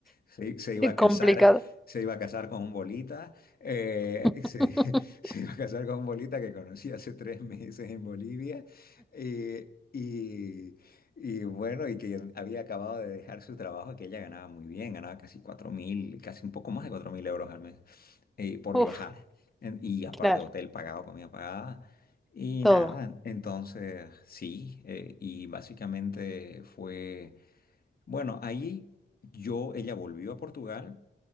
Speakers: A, on the left (about 45°); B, in the centre.
A: se, se iba a
B: complicado.
A: casar, se iba a casar con un bolita, eh,
B: <laughs>
A: se, <laughs> se iba a casar con un bolita que conocí hace tres meses en Bolivia. eh, y, y bueno, y que había acabado de dejar su trabajo, que ella ganaba muy bien, ganaba casi cuatro mil, casi un poco más de cuatro mil euros al mes eh, por
B: Uf,
A: viajar. En- Y aparte
B: claro,
A: hotel pagado, comida pagada. Y
B: todo,
A: nada, entonces sí, eh, y básicamente fue, bueno, ahí yo, ella volvió a Portugal